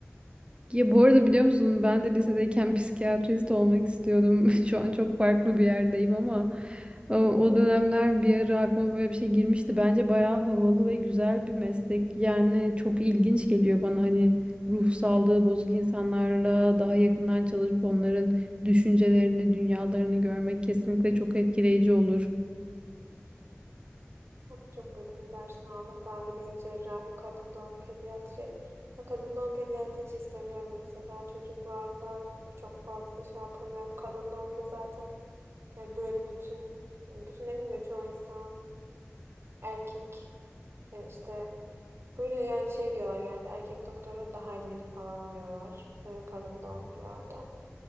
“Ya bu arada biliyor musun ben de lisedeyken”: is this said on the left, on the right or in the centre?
Right